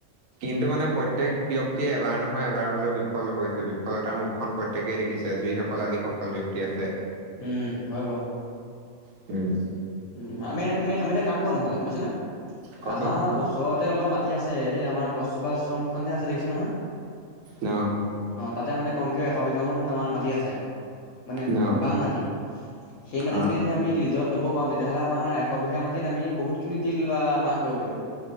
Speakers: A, on the right; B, on the left.
A: কিন্তু মানে প্ৰত্যেক ব্যক্তিয়ে এবাৰ নহয় এবাৰ হলেও বিফল হৈছে বিফলতাৰ মুখ খন প্ৰত্যেকেই দেখিছে যিসকল আজি সফল ব্যক্তি আছে
B: উম হয় বাৰু
A: ঠিক আছে
B: উম আমি আমি আমি এটা কাম কৰো নহ'লে গম পাইছা নে
A: কচোন
B: আমাৰ ওচ ৰতে অলপ মাটি আছে এই আমাৰ গছজোপা আশ্ৰমখন যে আছে দেখিছে নহয়
A: অ
B: অ তাতে মানে কমকেও এশ বিঘামান আমাৰ মাটি আছে মানে
A: ন
B: বাম মাটি সেই মাটিখিনি
A: অ
B: যে আমি লি য'ত ল'ব পাৰো তেতিয়াহ'লে আমাৰ এশ বিঘা মাটিত আমি বহুতখিনি তিল বা মাহ কৰিব পাৰিম